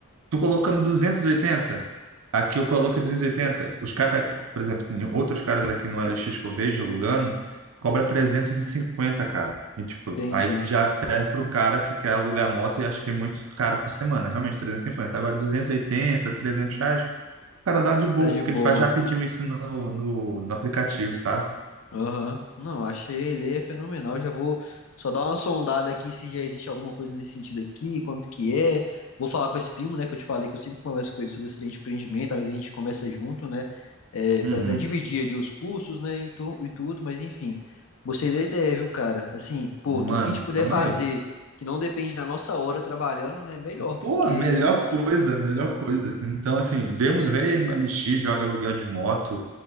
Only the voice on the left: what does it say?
entendi.
Tá de
boa.
Aham. Não, achei a ideia fenomenal. Já vou só dar uma sondada aqui se já existe alguma coisa nesse sentido aqui, quanto que é. Vou falar com esse primo, né, que eu te falei que eu sempre converso com ele sobre esse trem de empreendimento, às vezes a gente começa junto, né, é,
para até dividir ali os custos, né, e, tu- e tudo, mas enfim. Gostei da ideia, viu, cara? Assim, pô,
tudo que a gente puder
fazer
que não depende da nossa hora trabalhando, né, é melhor,
porque...